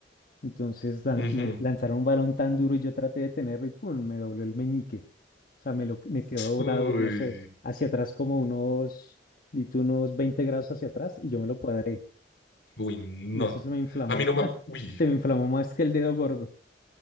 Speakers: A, on the left; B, on the left.
A: Entonces lan-
B: Ujú.
A: me lanzaron un balón tan duro y yo traté de tenerlo y ¡pum! me dobló el meñique. O sea, me, lo, me quedó doblado,
B: Uy,
A: no sé, hacia atrás como unos, di tú, unos 20 grados hacia atrás y yo me lo cuadré.
B: uy, no.
A: Y eso se me inflamó,
B: A mí no me...
A: <laughs>
B: Uy,
A: se me inflamó más que el dedo gordo.